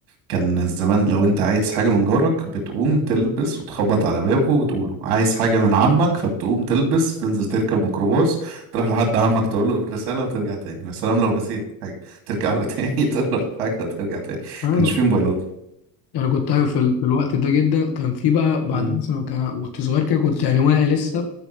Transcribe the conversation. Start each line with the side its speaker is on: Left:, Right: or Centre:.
Right: كان زمان لو انت عايز حاجة من جارك بتقوم تلبس وتخبط على بابه وتقوله عايز حاجة من عمك فبتقوم تلبس تنزل تركب ميكروباص تروح لحد عمك تقول له الرسالة وترجع تاني يا سلام لو نسيت حاجة ترجع له <laughs> تاني تقول له حاجة ترجع تاني
Left: اه
Right: كانش فيه موبايلات
Left: يعني كنت ايوه في, ال- في الوقت ده جدا كان في بقى بعد
Right: مم.
Left: مثلا كان كنت صغير كده كنت يعني واعي لسه